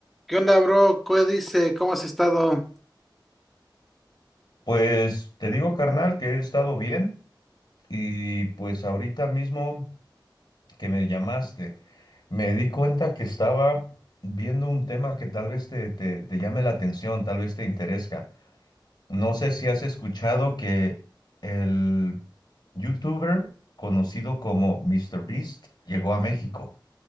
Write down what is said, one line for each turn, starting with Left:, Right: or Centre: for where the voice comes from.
Centre: ¿Qué onda, bro? ¿Qué dice? ¿Cómo has estado?
Left: Pues te digo, carnal, que he estado bien y pues ahorita mismo que me llamaste, me di cuenta que estaba viendo un tema que tal vez te, te, te llame la atención, tal vez te interesa. No sé si has escuchado que el youtuber conocido como MrBeast llegó a México